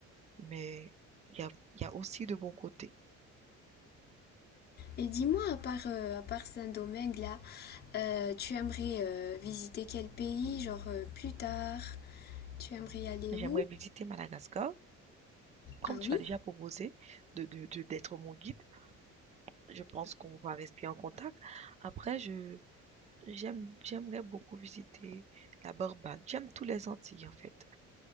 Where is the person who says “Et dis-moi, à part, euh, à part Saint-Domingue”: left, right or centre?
Left